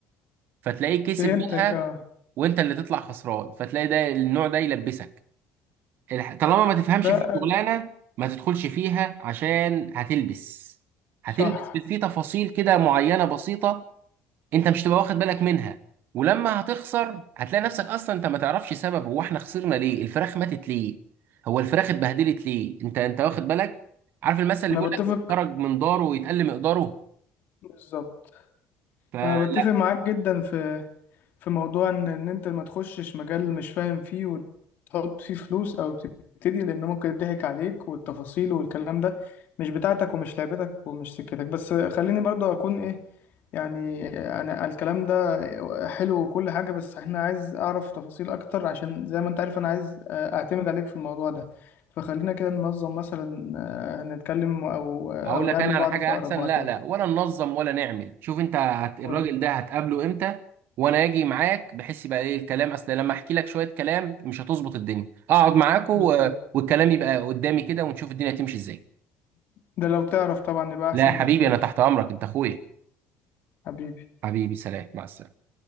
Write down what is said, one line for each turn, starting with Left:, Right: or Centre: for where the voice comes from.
Right: فتلاقيه كسب
Left: فهمتك
Right: منها
Left: اه
Right: وانت اللي تطلع خسران فتلاقي ده النوع ده يلبسك الح- طالما ما تفهمش
Left: ده
Right: في الشغلانة ما تدخلش فيها عشان هتلبس هتلبس
Left: صح
Right: في في تفاصيل كده معينة بسيطة انت مش تبقى واخد بالك منها ولما هتخسر هتلاقي نفسك اصلا انت ما تعرفش سبب هو احنا خسرنا ليه الفراخ ماتت ليه هو الفراخ اتبهدلت ليه انت انت واخد بالك عارف المثل اللي
Left: انا
Right: بيقول
Left: بتفق
Right: لك خرج من داره ويتقل مقداره
Left: بالظبط
Right: فلا
Left: انا بتفق معاك جدا في في موضوع ان ان انت ما تخشش مجال مش فاهم فيه وتحط فيه فلوس او تبتدي لان ممكن يضحك عليك والتفاصيل والكلام ده مش بتاعتك ومش لعبتك ومش سكتك بس خليني برضه اكون ايه يعني انا الكلام ده حلو وكل حاجة بس احنا عايز اعرف تفاصيل اكتر عشان زي ما انت عارف انا عايز اعتمد عليك في الموضوع ده فخلينا كده ننظم مثلا آه، هنتكلم او او
Right: هقول لك
Left: نقابل
Right: انا
Left: بعض
Right: على حاجه
Left: في اقرب
Right: احسن
Left: وقت
Right: لا
Left: يعني
Right: لا ولا ننظم ولا نعمل شوف انت هت...
Left: قول
Right: الراجل ده هتقابله امتى وانا اجي معاك بحس يبقى ايه الكلام اصل لما احكي لك شويه كلام مش هتظبط الدنيا اقعد معاكوا
Left: بالظبط
Right: و... والكلام يبقى قدامي كده ونشوف الدنيا هتمشي ازاي
Left: ده لو تعرف طبعا يبقى احسن
Right: لا يا حبيبي
Left: بكتير
Right: انا تحت امرك انت اخويا
Left: حبيبي
Right: حبيبي سلام مع السلامة